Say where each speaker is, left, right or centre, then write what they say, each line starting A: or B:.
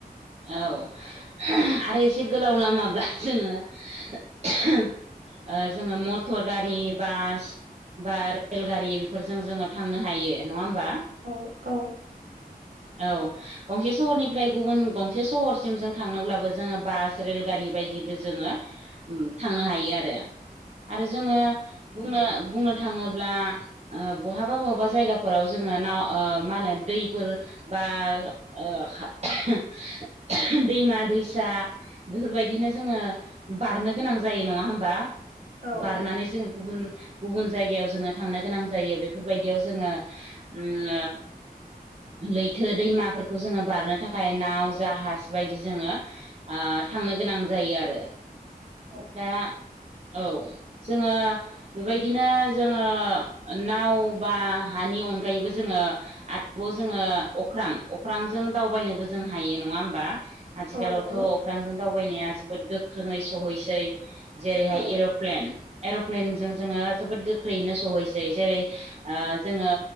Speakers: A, on the right; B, on the right.
A: औ <unintelligible> आरो एसे गोलाव लामाब्ला जोङो <unintelligible> ओ जोङो मटर गारि बास बा रेल गारि बेफोरजों जोङो थांनो हायो नङा होमबा
B: औ औ
A: औ गंसे सहरनिफ्राय गुबुन गंसे सहरसिम जों थांनोब्लाबो जोङो बास रेलगारि बायदिबो जोङो थांनो हायो आरो आरो जोङो बुंनो बुंनो थाङोब्ला ओ बहाबा बहाबा जायगाफोराव जोङो नाव ओ मा होनो दैफोर बा ओ खा <unintelligible> दैमा दैसा बेफोरबायदिनो जोङो बारनो गोनां जायो नङा होमबा
B: औ नंगौ औ औ
A: बारनानै जों गुबुन गुबुन जायगायाव जोङो थांनो गोनां जायो बेफोरबायदियाव जोङो ओम लैथो दैमाफोरखौ जोङो बारनो थाखाय नाव जाहाज बायदि जोङो ओ थांनो गोनां जायो आरो
B: औ
A: दा औ जोङो बेबायदिनो जोङो नाव बा हानि अनगायैबो जोङो आतब' जोङो अख्रां अख्रांजों दावबायनोबो जों हायो नङा होमबा आथिखालावथ'
B: औ नंगौ
A: अख्रांजों दावबायनाया जोबोद गोख्रोङै सौहैसै जेरैहाय
B: औ
A: एर'प्लेन एर'प्लेनजों जोङो जोबोद गो ख्रैयैनो सहैसै जेरै ओ जोङो